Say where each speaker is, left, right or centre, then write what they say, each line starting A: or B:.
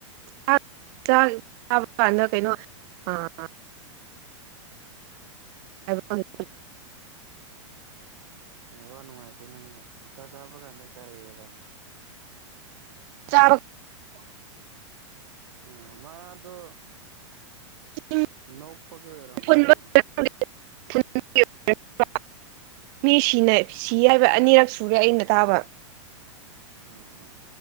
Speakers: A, on the right (about 40°); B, on the right (about 75°).
A: ꯆꯥꯛ ꯆ ꯆꯥꯕ ꯀꯥꯟꯗ ꯀꯩꯅꯣ ꯑꯥ ꯍꯥꯏꯕ <unintelligible>
B: ꯅꯦꯠꯋꯥꯛ ꯅꯨꯡꯉꯥꯏꯇꯦ ꯅꯪꯒꯤ ꯆꯥꯛ ꯆꯥꯕ ꯀꯥꯟꯗ ꯀꯔꯤꯑꯕ
A: ꯆꯥꯕꯛ
B: ꯍ ꯃꯥꯗꯣ
A: ꯎ
B: ꯅꯣꯛꯄꯒꯤ ꯑꯣꯏꯔꯝꯒꯅꯤ
A: ꯎꯝ <unintelligible> ꯃꯤꯁꯤꯅ
B: ꯎꯝ
A: ꯁꯤ ꯍꯥꯏꯕ ꯑꯅꯤꯔꯛ ꯁꯨꯔꯦ ꯑꯩꯅ ꯇꯥꯕ
B: ꯎꯝ